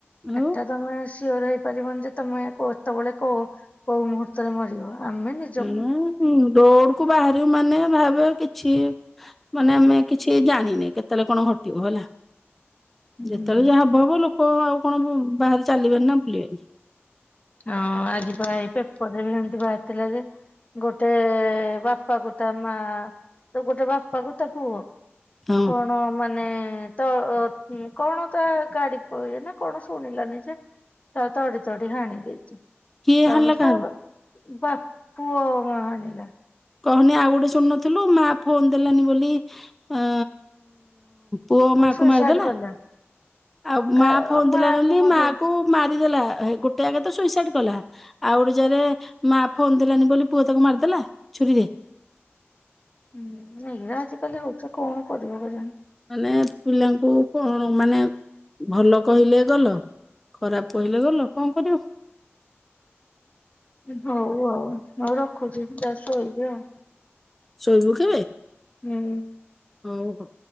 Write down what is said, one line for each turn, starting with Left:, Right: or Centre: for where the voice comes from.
Centre: ଆଉ
Left: ଏଟା ତମେ ସିଓର ହେଇପାରିବନିଯେ ତମେ କତେବେଳେ କୋ କୋଉ ମୁହୂର୍ତ୍ତରେ ମରିବ ଆମେ ନି
Centre: ହଁ ରୋଡ଼କୁ ବାହାରିବୁ ମାନେ ଭାବେ କିଛି ମାନେ ଆମେ କିଛି ଜାଣିନେ କେତେବେଳେ କଣ ଘଟିବ ହେଲା।
Left: ହୁଁ
Centre: ଯେତେବେଳେ ଯାହା ହବ ହବ ଲୋକ ଆଉ କଣ ବାହାରେ ଚାଲିବେନିନା ବୁଲିବେନି।
Left: ହଁ ଆଜିବା ଏଇ ପେପରରେବି ଏମିତି ବାହାରିଥିଲା ଯେ ଗୋଟେ ବାପାକୁ ତା ମା ତଗୋଟେ ବାପାକୁ ତାପୁଅ
Centre: ହଁ
Left: କଣ ମାନେ ତ କଣ ତା ଗାଡି ପଇ ନା କଣ ଶୁଣିଲାନି ଯେ ତା ତଡ଼ି ତଡି ହାଣି।
Centre: କିଏ
Left: <unintelligible>
Centre: ହାଣିଲା
Left: ସବ
Centre: କାହାକୁ?
Left: ବା ପୁଅ ମା ଆଣିଲା।
Centre: କହନି ଆଉ ଗୋଟେ ଶୁଣୁନଥିଲୁ ମା ଫୋନ ଦେଲାନି ବୋଲି ଅ ପୁଅ ମାଆକୁ
Left: ସୁଇସାଇଡ
Centre: ମାରିଦେଲା।
Left: କଲା
Centre: ଆଉ ମା
Left: କା
Centre: ଫୋନ ଦେଲାନି
Left: ମା
Centre: ବୋଲି
Left: କୁ ମଧ୍ୟ
Centre: ମାକୁ ମାରିଦେଲା ଗୋଟେ ଆଗ ତ ସୁଇସାଇଡ କଲା। ଆଉ ଗୋଟେ ଯାରେ ମା ଫୋନ ଦେଲାନି ବୋଲି ପୁଅ ତାକୁ ମାରିଦେଲା ଛୁରୀରେ।
Left: ହୁଁ ହେଇରା ଆଜିକାଲି ହଉଛି କଣ କରିବ କେଜାଣି।
Centre: ମାନେ ପିଲାଙ୍କୁ କଣ ମାନେ ଭଲ କହିଲେ ଗଲ ଖରାପ କହିଲେ ଗଲ କଣ କରିବ।
Left: ହଉ ଆଉ ଆଉ ରଖୁଛି ଯା ଶୋଇବେ ଆଉ
Centre: ଶୋଇବୁକି
Left: ହୁଁ
Centre: ହଉ ହଉ।